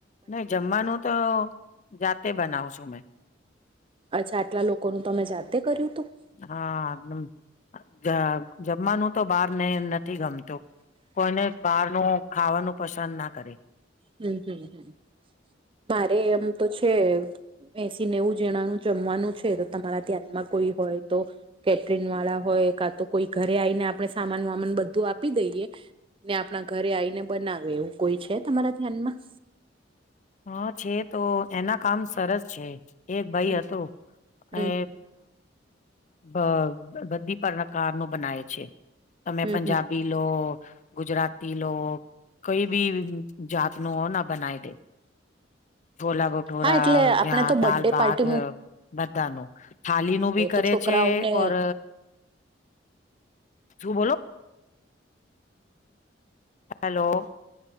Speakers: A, on the left; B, on the right.
A: નહી જમવાનું તો જાતે બનાવશું મેં-
B: અચ્છા આટલા લોકોનું તમે જાતે કર્યું હતું.
A: હા જમવાનું તો બહાર ને નથી ગમતું. કોઈને બહારનું ખાવાનું પસંદ ના કરે
B: હમ હમ હમ મારે એમ તો છે. એસી નેવું જણાનું જમવાનું છે તો તમારા ધ્યાનમાં કોઈ હોય તો કેટરીિન વાળા હોય કા તો કોઈ ઘરે આવીને આપણે સામાન વામાન બધું આપી દઈએ ને આપણા ઘરે આવીને બનાવે એવું કોઈ છે તમારા ધ્યાનમાં
A: હા છે તો એના કામ સરસ છે. એક ભાઈ
B: હમ
A: હતોું
B: હમ
A: એ
B: હમ
A: બ બધી પરણકાર નો બનાવે છે. તમે
B: હમ
A: પંજાબી
B: હમ હમ
A: લો ગુજરાતી પિલો કોઈ બી જાત ન ના બનાવી દે છોલા ભટૂરા
B: હા એટલે આપણે
A: યાં
B: તો
A: દાલ
B: બર્થડે
A: ભત
B: પાર્ટી મૂકીએ
A: બધા ન થાલી નું બી કરે
B: તો છોકરાઓને
A: છે ઓર શું બોલો, હલો